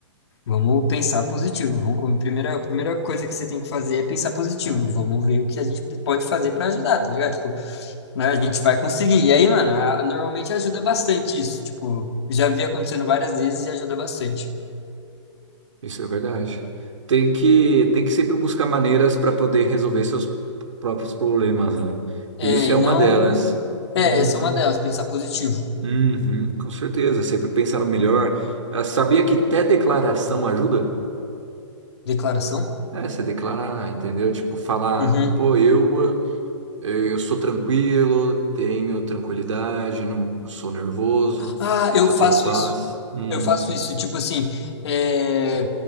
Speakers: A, on the left; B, on the right.
A: Vamos pensar positivo. Vamos, como primeira, a primeira coisa que você tem que fazer é pensar positivo. Vamos ver o que a gente pode fazer para ajudar, tá ligado? Tipo, né, a gente vai conseguir. E aí, mano, a- normalmente ajuda bastante isso. Tipo, já vi acontecendo várias vezes e ajuda bastante.
B: Isso é verdade. Tem que, tem que sempre buscar maneiras para poder resolver seus próprios problemas, né?
A: É,
B: E isso
A: e
B: é
A: não.
B: uma delas.
A: É,
B: Uhum.
A: essa é uma delas, pensar positivo.
B: Uhum, com certeza. Sempre pensar no melhor. Ah, Sabia que até declaração ajuda?
A: Declaração?
B: É, se declarar, entendeu? Tipo, falar,
A: Uhum.
B: pô, eu, eh, eu sou tranquilo, tenho tranquilidade, não sou nervoso,
A: Ah, eu
B: só
A: faço
B: tenho paz.
A: isso.
B: Uhum.
A: Eu faço isso. Tipo assim, é,